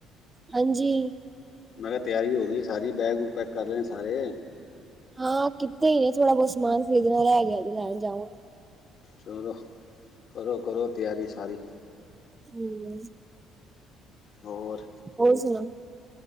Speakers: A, on the right; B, on the left.
A: ਹਾਂਜੀ।
B: ਮੈਂ ਕਿਹਾ ਤਿਆਰੀ ਹੋ ਗਈ ਸਾਰੀ। ਬੈਗ ਵੂਗ ਪੈਕ ਕਰ ਲੈਣੇ ਸਾਰੇ।
A: ਹਾਂ। ਕਿਤੇ ਹੀ ਨੇ ਥੋੜ੍ਹਾ ਬਹੁਤ ਸਮਾਨ ਖਰੀਦਣ ਵਾਲਿਆ ਹੈ ਗਿਆ ਜਾਹਿਣ ਜਾਵਾਂ।
B: ਚਲੋ ਕਰੋ, ਕਰੋ ਤਿਆਰੀ ਸਾਰੀ।
A: ਹਮ।
B: ਹੋਰ।
A: ਹੋਰ ਸੁਣਾਓ?